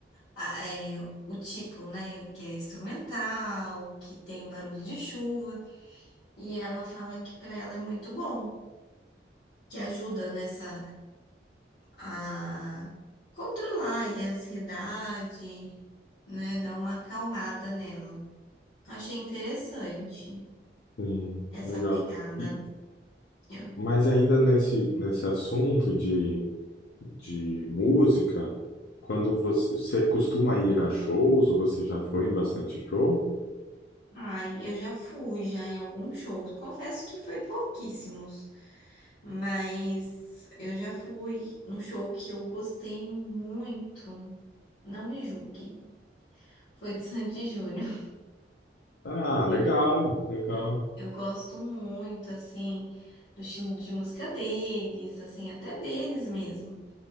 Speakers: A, on the left (about 85°); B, on the left (about 70°).
A: a- é, o tipo, né? Que é instrumental, que tem barulho de chuva, e ela fala que para ela é muito bom, que ajuda nessa. a controlar aí a ansiedade, né? Dar uma acalmada nela. Achei interessante
B: Sim,
A: essa
B: legal.
A: pegada.
B: E-
A: Eu-
B: mas ainda nesse, nesse assunto de de música, quando você, você costuma ir a shows ou você já foi em bastante show?
A: ai, eu já fui já em alguns shows. Confesso que foi pouquíssimos, mas eu já fui um show que eu gostei muito. Não me julgue. Foi de Sandy <laughs> e Júnior.
B: Ah,
A: Eu,
B: legal, legal.
A: eu, eu gosto muito, assim, do estilo de música deles, assim, até deles mesmo.